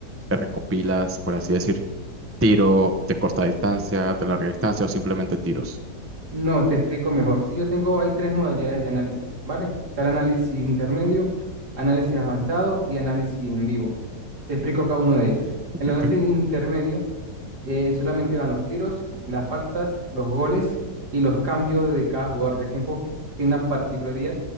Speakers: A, on the right; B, on the right.
A: te recopilas, por así decir, tiro de corta distancia, de larga distancia o simplemente tiros.
B: No, te explico mejor. Sí, yo tengo, hay tres modalidades de análisis, ¿vale? Está el análisis intermedio, análisis avanzado y análisis en vivo. Te explico cada uno de ellos. El
A: Ok.
B: análisis intermedio eh, solamente van los tiros, las faltas, los goles y los cambios de cada jugador, ya que en hockey tiene una particularidad